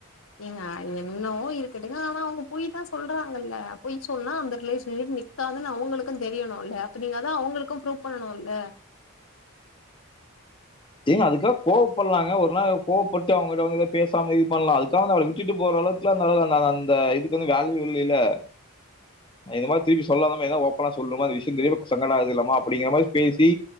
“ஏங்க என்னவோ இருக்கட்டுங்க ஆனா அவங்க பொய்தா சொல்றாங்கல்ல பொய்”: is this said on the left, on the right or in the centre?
Left